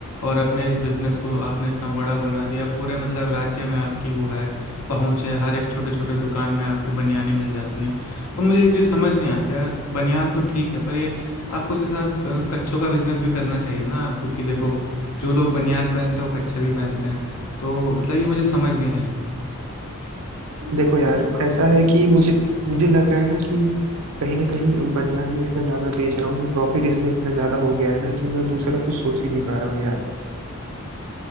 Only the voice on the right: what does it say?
देखो यार ऐसा है कि मुझे मुझे लग रहा है ना कि कहीं ना कहीं बनियान में इतना ज्यादा बेच रहा हूँ मैं प्रॉफिट इसमें इतना ज्यादा हो गया है ना कि मैं दूसरा कुछ सोच ही नहीं पा रहा हूँ यार